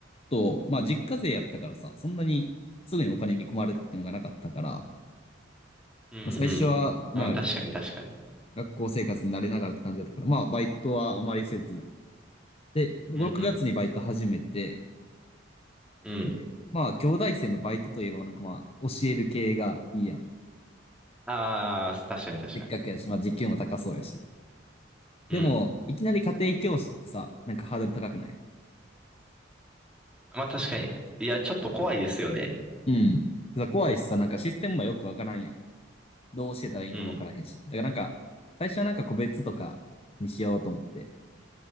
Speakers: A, on the left; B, in the centre.
A: と、まあ実家勢やったからさ、そんなにすぐにお金に困るっていうのがなかったから、
B: うんうん。
A: まあ最初は、なんやろ、
B: あ、確かに確かに。
A: 特に学校生活に慣れながらって感じだったから、まあバイトはあまりせず。で、6月にバイト始めて、
B: うんうん。
A: で、
B: うん。
A: まあ兄弟生のバイトといえばなんかまあ教える系がいいやん。
B: ああ、確かに確かに。
A: せっかくやし、まあ時給も高そうやし。
B: うん。
A: でも、いきなり家庭教師ってさ、なんかハードル高くない
B: まあ確かに。いや、ちょっと怖いですよね。
A: うん。さ、怖いしさ、なんかシステムもよくわからんやん。どう教えたらいいんかもわからへんし。
B: うん。
A: だからなんか、最初はなんか個別とかにしようと思って。